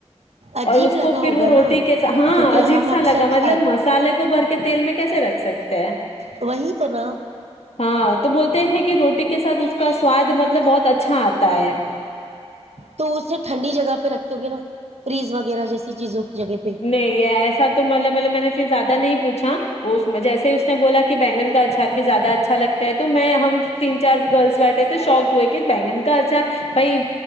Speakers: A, on the right; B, on the left.
A: عجیب
B: اور اس
A: لگا
B: کو پھر
A: ہوگا
B: وہ روٹی
A: نا
B: کیسا ہاں
A: کیونکہ
B: عجیب
A: ہم اکثر
B: سا لگا مطلب
A: کھا
B: مسالے کو بھر کے تیل میں کیسے رکھ سکتے ہیں
A: وہی تو نا
B: ہاں تو بولتے ہیں کہ روٹی کے ساتھ اس کا سواد مطلب بہت اچھا آتا ہے
A: تو اسے ٹھنڈی جگہ پہ رکھ تگے نا فریز وغیرہ جیسی چیزوں کی جگہ پہ
B: نہیں ایسا تو مط مطلب میں نے پھر زیادہ نہیں پوچھا وہ جیسے اس نے بولا کہ بینگن کا اچار بھی زیادہ اچھا لگتا ہے تو میں ہم تین چار گرلس بیٹھے تو شوک ہوئے کہ بینگن کا اچھار بھائی